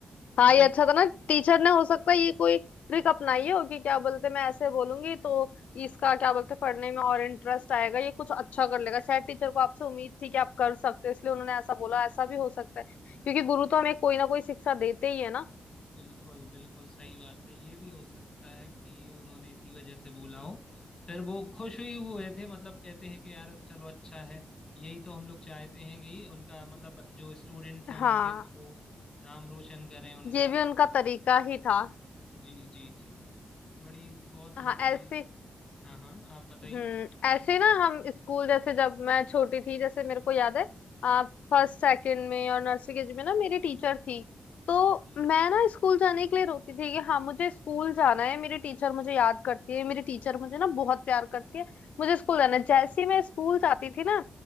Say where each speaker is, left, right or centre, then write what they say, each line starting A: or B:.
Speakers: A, on the left; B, on the left.
A: हाँ
B: बड़ी
A: ये अच्छा था ना टीचर ने हो सकता है ये कोई ट्रिक अपनाई हो कि क्या बोलते मैं ऐसे बोलूंगी तो इसका क्या बोलते पढ़ने में और इंटरेस्ट आएगा ये कुछ अच्छा कर लेगा शायद टीचर को आपसे उम्मीद थी कि आप कर सकते हो इसलिए उन्होंने ऐसा बोला ऐसा भी हो सकता है क्योंकि गुरु तो हमें कोई ना कोई शिक्षा देते ही है ना
B: बिल्कुल बिल्कुल सही बात है ये भी हो सकता है कि उन्होंने इसी वजह से बोला हो फिर वो खुश हुई हुए थे मतलब कहते हैं कि यार चलो अच्छा है यही तो हम लोग चाहते हैं कि उनका मतलब जो स्टूडेंट्स हैं
A: हाँ
B: उनके तो वो नाम रोशन करें उनका
A: ये भी उनका तरीका ही था
B: जी जी जी बड़ी बहुत
A: हाँ
B: मस्ती
A: ऐसे
B: हाँ हाँ आप बताइए
A: हम्म ऐसे ना हम स्कूल जैसे जब मैं छोटी थी जैसे मेरे को याद है फर्स्ट सेकंड में और नर्सरी के जी में ना मेरी टीचर थी तो
B: जी
A: मैं ना स्कूल जाने के लिए रोती थी कि हाँ मुझे स्कूल जाना है मेरी टीचर मुझे याद करती है मेरी टीचर मुझे ना बहुत प्यार करती है मुझे स्कूल जाना है जैसे ही मैं स्कूल जाती थी ना